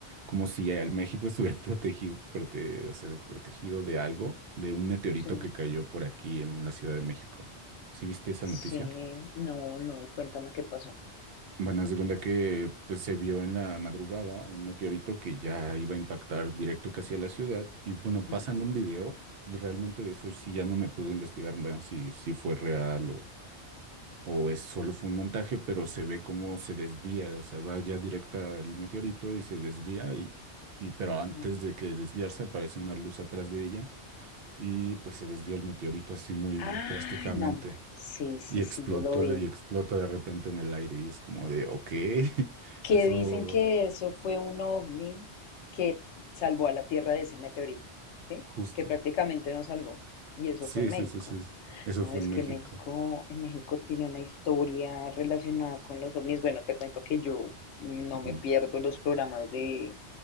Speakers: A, on the right (about 65°); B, on the left (about 85°).
A: como si el México estuviera <laughs> protegido, prote- o sea, protegido de algo, de un meteorito
B: sí,
A: que cayó por aquí en la Ciudad de México. ¿Sí viste esa
B: sí,
A: noticia?
B: no, no, cuéntame qué pasó.
A: Bueno, haz de cuenta que pues, se vio en la madrugada un meteorito que ya iba a impactar directo casi a la ciudad. Y bueno, pasan
B: Ujú,
A: un video. Realmente de eso sí ya no me pude investigar, bueno, si, si fue real o, o es, solo fue un montaje, pero se ve cómo se desvía, o sea, va ya directa el meteorito y se desvía, y, y pero
B: ujú,
A: antes
B: ujú.
A: de que desviarse aparece una luz atrás de ella y pues se desvía el meteorito así muy
B: Ay,
A: drásticamente.
B: no. Sí, sí,
A: Y
B: sí,
A: explotó
B: yo lo vi.
A: y explota de repente en el aire y es como de, ok, <laughs>
B: Que
A: eso
B: dicen que eso fue un ovni que salvó a la Tierra de ese meteorito, ¿sí?
A: justo.
B: Que prácticamente nos salvó. Y eso
A: Sí,
B: fue en México.
A: sí, sí, sí. sí. Eso
B: No,
A: fue
B: es
A: en
B: que
A: México.
B: México, en México tiene una historia relacionada con los ovnis. Bueno, te cuento que yo no me
A: Ujú.
B: pierdo los programas de,